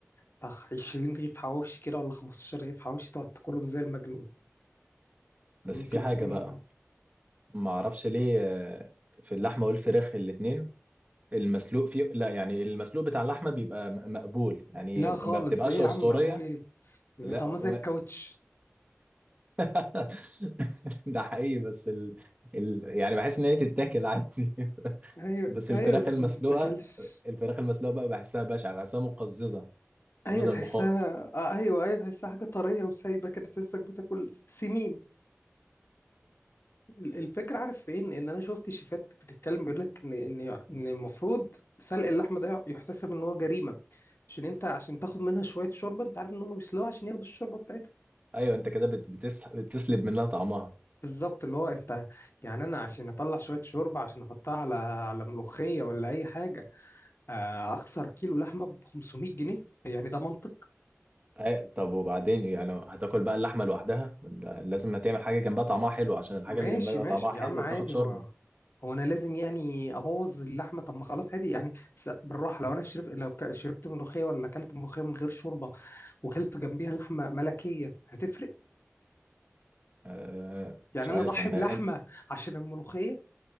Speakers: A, on the left (about 50°); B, on the right (about 30°).
A: بتاع 20 رغيف حواوشي كده ولا 15 رغيف حواوشي تقعد تاكلهم زي المجنون
B: بس
A: ممكن
B: في حاجة
A: تكون
B: بقى ما أعرفش ليه آه، في اللحمة والفراخ الاتنين المسلوق فيه لا يعني المسلوق بتاع اللحمة بيبقى م- مقبول يعني
A: لا
B: ما
A: خالص
B: بتبقاش
A: ايه يا
B: أسطورية
A: عم مقبول ايه ده بيبقى
B: لا
A: طعمها
B: وما-
A: زي الكاوتش
B: <laughs> ده حقيقي بس ال... ال... يعني بحس إن هي تتاكل عادي <laughs>
A: ايوه
B: بس
A: ايوه
B: الفراخ
A: بس
B: المسلوقة
A: ما تتاكلش
B: الفراخ المسلوقة بقى بحسها بشعة بحسها مقززة
A: ايوه
B: ده
A: تحسها
B: المخاط
A: آه ايوه ايوه تحسها حاجه طريه وسايبه كده تحسك بتاكل سمين ال- الفكرة عارف فين ان انا شفت شيفات بتتكلم بيقول لك ان ان ان المفروض سلق اللحمة ده يحتسب ان هو جريمة عشان انت عشان تاخد منها شوية شوربة انت عارف ان هم بيسلقوها عشان ياخدوا الشوربة بتاعتها
B: أيوه أنت كده بت... بتس... بتسلب منها طعمها
A: بالظبط اللي هو انت يعني انا عشان اطلع شوية شوربة عشان احطها على على ملوخية ولا اي حاجة آه، اخسر كيلو لحمه ب 500 جنيه يعني ده منطق
B: أي- طب وبعدين إيه؟ يعني هتاكل بقى اللحمه لوحدها ما أنت لازم هتعمل حاجه جنبها طعمها حلو
A: <clears throat>
B: عشان الحاجه
A: ماشي
B: اللي جنبها يبقى
A: ماشي
B: طعمها
A: يا
B: حلو
A: عم عادي
B: تاخد شوربه
A: هو هو انا لازم يعني ابوظ اللحمه طب ما خلاص عادي يعني س- بالراحه لو انا شرب لو ك- شربت ملوخيه ولا اكلت ملوخيه من غير شوربه وكلت جنبيها لحمه ملكيه هتفرق
B: أه
A: يعني
B: مش عارف
A: انا اضحي
B: انا
A: بلحمه
B: أنت...
A: عشان الملوخيه